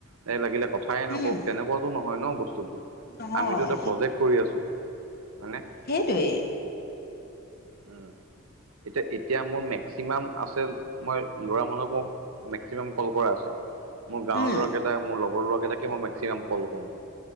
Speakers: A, on the right; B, on the left.
A: তাই লাগিলে কথাই নকওঁক
B: উম
A: তেনেকুৱাতো নহয় ন বস্তুতো
B: নহয়
A: আমিতো এটা প্ৰজেক্ট কৰি আছো হয়নে
B: হেইটোৱেই
A: উম এতিয়া এতিয়া মোৰ মেক্সিমাম আছিল মই লৰা মানুহক মোক মেক্সিমাম কল কৰা আছে মোৰ গাঁৱৰ
B: উম
A: ল'ৰাকেইটা মোৰ লগৰ ল'ৰাকেইটাকে মই মেক্সিমাম কল কৰোঁ